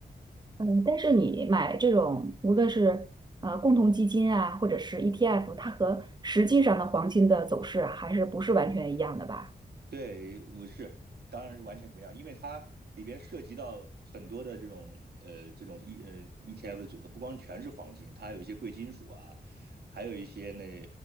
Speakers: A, on the right (about 25°); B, on the right (about 70°).
A: 嗯，但是你买这种，无论是呃共同基金啊，或者是 ETF，它和实际上的黄金的走势啊还是不是完全一样的吧？
B: 对，我是，当然是完全不一样，因为它里边涉及到很多的这种呃这种 E 呃 ETF 的组合，不光全是黄金，它还有一些贵金属啊，还有一些那、